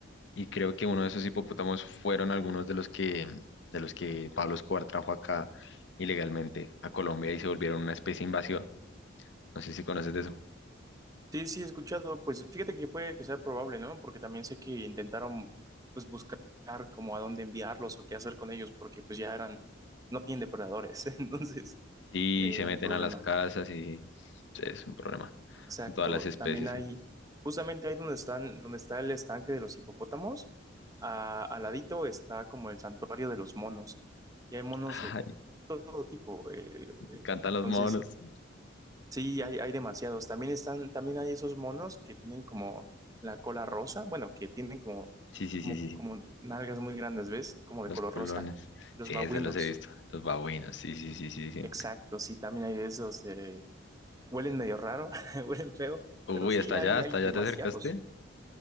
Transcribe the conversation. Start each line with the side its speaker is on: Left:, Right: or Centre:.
Left: y creo que uno de esos hipopótamos fueron algunos de los que, de los que Pablo Escobar trajo acá ilegalmente a Colombia y se volvieron una especie invasiva. No sé si conoces de eso.
Right: Sí, sí, he escuchado. Pues fíjate que puede que sea probable, ¿no? Porque también sé que intentaron, pues, buscar como a dónde enviarlos o qué hacer con ellos, porque pues ya eran, no tienen depredadores. <laughs> Entonces,
Left: Y
Right: eh,
Left: se
Right: un
Left: meten
Right: problema.
Left: a las casas y sí, es un problema
Right: Exacto.
Left: con todas las especies.
Right: También hay,
Left: ¿eh?
Right: justamente ahí donde están, donde está el estanque de los hipopótamos, a- al ladito está como el santuario de los monos. Y hay monos
Left: <laughs>
Right: de
Left: Ay,
Right: todo tipo. eh, eh,
Left: cantan
Right: entonces,
Left: los monos.
Right: sí, hay, hay demasiados. También están, también hay esos monos que tienen como la cola rosa, bueno, que tienen como,
Left: Sí, sí,
Right: como,
Left: sí, sí, sí.
Right: como nalgas muy grandes, ¿ves? Como de
Left: Los
Right: color
Left: culones.
Right: rosa. Los
Left: Sí,
Right: babuinos.
Left: esos los he visto. Los babuinos. Sí, sí, sí, sí, sí.
Right: Exacto, sí, también hay de esos. eh, huelen medio raro, <laughs> huelen feo,
Left: Uy,
Right: pero sí,
Left: hasta
Right: hay,
Left: allá,
Right: hay
Left: hasta
Right: demasiados.
Left: allá te acercaste.